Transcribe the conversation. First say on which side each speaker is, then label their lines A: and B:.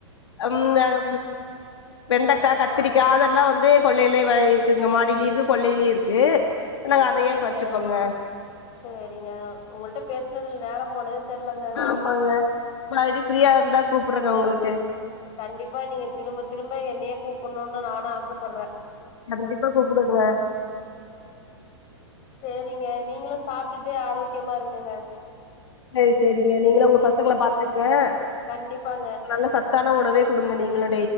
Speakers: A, on the left (about 75°); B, on the left (about 40°).
A: அம்த வெண்டைக்காய் கத்திரிக்காய்
B: ஆ
A: அதெல்லாம் வந்து கொள்ளையிலவை இருக்குங்க மாடியிலயங் இருக் கொள்ளையிலயும் இருக்கு நாங்க அதையே
B: சரிங்க
A: பறிச்சுப்போங்க
B: சரிங்க உங்கள்ட பேசுனதுல நேரம் <inaudible> தெர்லங்க
A: ஆமாங்க மறுபடி ஃப்ரீயா இருந்தா கூப்பிடுறேங்க உங்களுக்கு
B: கண்டிப்பா நீங்க திரும்ப திரும்ப என்னைய கூப் புண்ணும்னு நானும் ஆசைப்படுறேன்
A: கண்டிப்பா கூப்பிடுவுங்க
B: சரிங்க நீங்குளும் சாப்பிட்டுட்டு ஆரோக்கியமா இருங்குங்க
A: <inaudible> சரிங்க நீங்களும் உங்க பசங்கள பாத்துங்கக்
B: கண்டிப்பாங்க
A: நல்ல சா தான உணவே குடுங்க நீங்களு